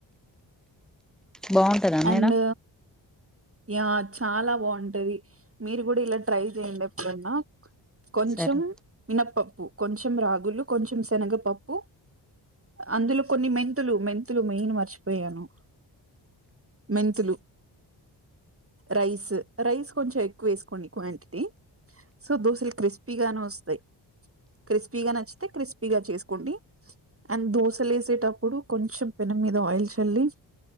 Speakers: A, in the centre; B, on the right.
A: బాగుంటదా మేడం
B: అండ్ యా చాలా బాగుంటది మీరు కూడా ఇలా ట్రై చెయండి ఎప్పుడైనా కొంచెం
A: సరే
B: మీనపప్పు కొంచెం రాగులు కొంచెం శనగపప్పు అందులో కొన్ని మెంతులు మెంతులు మెయిన్ మర్చిపోయాను మెంతులు రైస్ రైస్ కొంచెం ఎక్కువ వేసుకోండి క్వాంటిటీ సో దోశలు క్రిస్పీగానోస్తాయ్ క్రిస్పీగా నచ్చితే క్రిస్పీగా చేసుకోండి అండ్ దోసలు వేసేటప్పుడు కొంచెం పె నం మీద ఆయిల్ చెల్లి